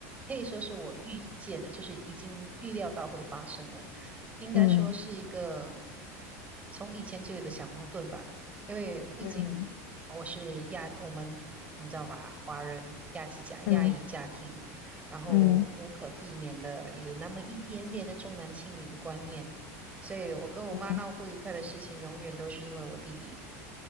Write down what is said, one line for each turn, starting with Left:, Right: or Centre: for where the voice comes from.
Right: 可以说是我预见的，就是已经预料到会发生的，应该说是一个
Left: 嗯
Right: 从以前就有的小矛盾吧。因为毕竟我是亚，
Left: 嗯
Right: 我们你知道吧，华人亚籍家亚裔家庭，
Left: 嗯
Right: 然后无可避免的有那么一点点的重男轻女的观念，
Left: 嗯。
Right: 所以我跟我妈闹不愉快的事情，
Left: 嗯
Right: 永远都是因为我弟弟。